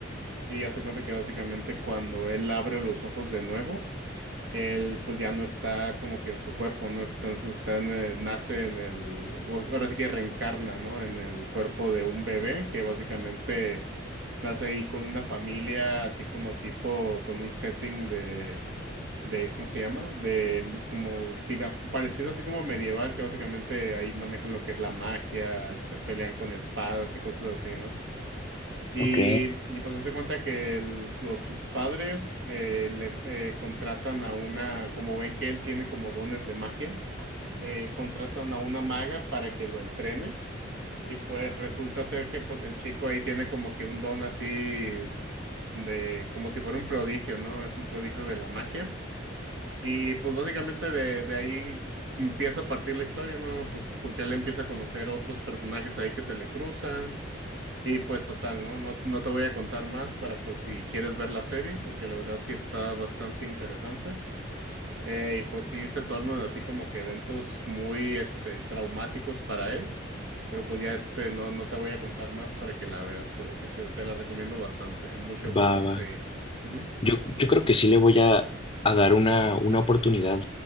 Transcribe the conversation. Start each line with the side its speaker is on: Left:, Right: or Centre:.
Right: y hace cuenta que básicamente cuando él abre los ojos de nuevo, él pues ya no está como que en su cuerpo, ¿no? Entonces está en, eh, nace en el, o sea, ahora sí que reencarna, ¿no? En el cuerpo de un bebé que básicamente nace ahí con una familia, así como tipo, con un setting de, de, ¿cómo se llama? De m- como, diga, parecido así como medieval, que básicamente ahí manejan lo que es la magia, este, pelean con espadas y cosas así, ¿no? Y,
Left: ok.
Right: y pues hazte cuenta que el- los, sus padres eh, le eh, contratan a una, como ven que él tiene como dones de magia, eh, contratan a una maga para que lo entrene. Y pues resulta ser que pues el chico ahí tiene como que un don así de, como si fuera un prodigio, ¿no? Es un prodigio de la magia. Y pues básicamente de, de ahí empieza a partir la historia, ¿no? Pues porque él empieza a conocer otros personajes ahí que se le cruzan. Y pues total, ¿no? No, no te voy a contar más para por si quieres ver la serie, porque la verdad sí está bastante interesante. Eh, y pues sí se tornan así como que eventos muy este traumáticos para él. Pero pues ya este no, no te voy a contar más para que la veas, pero sí te, te la recomiendo bastante. Mushoku
Left: Va,
Right: Tensei.
Left: va.
Right: Ujú,
Left: Yo, yo creo que sí le voy a, a dar una, una oportunidad